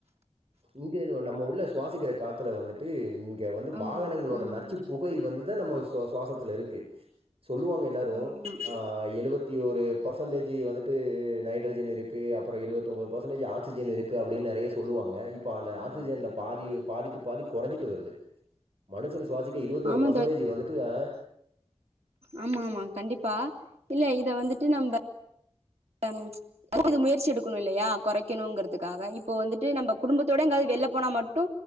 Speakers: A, on the right; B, on the right.
A: இங்கயு நம்ம உள்ள சுவாசிக்கிற கா த்துல வந்துட்டு இங்க வந்து வாகனங்களோட
B: ஆமா ம்
A: நச்சு புகை வந்துதா நம்ம சுவா சுவாசத்துலருக்கு சொல்லுவாங்க எல்லாரு
B: ஆமா ஆமா
A: ஆ எழுவத்தி ஒரு பர்சன்டேஜி வந்துட்டு நைட்ரஜன் இருக்கு அப்பறோ இருவத்து ஒம்போது பர்சன்டேஜ் ஆக்சிஜன் இரு க்கு அப்டின் நறைய சொல்லுவாங்க இப்ப அந்த
B: ஆமா
A: ஆக்சிஜன்ல
B: தோழர்
A: பாதியு
B: ஆமா
A: பாதிக்கு பாதி கொறஞ்சிட்டு வருது மனுஷனு சுவாசிக்க இருவத்தொரு
B: ஆமா
A: பர்சன்டேஜி வந்துட்டு ஆ
B: ஆமாமா கண்டிப்பா இல்ல இத வந்துட்டு நம்ப கொஞ் இது கொஞ்சோ முயற்சி எடுக்கணு இல்லையா கொறைக்கணுங்கறதுக்காக இப்போ வந்துட்டு நம்ப குடும்பத்தோட எங்காது வெள்ல போனா மட்டு